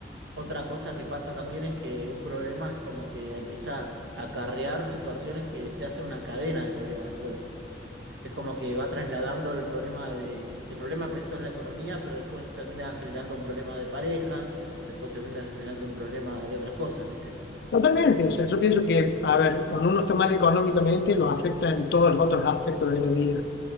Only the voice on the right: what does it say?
otra cosa que pasa también es que un problema es como que empieza a acarrear situaciones que se hace una cadena de problemas después. Es como que va trasladando el problema de... El problema empezó en la economía, pero después termina generando un problema de pareja, después termina generando un problema de otras cosas, ¿viste?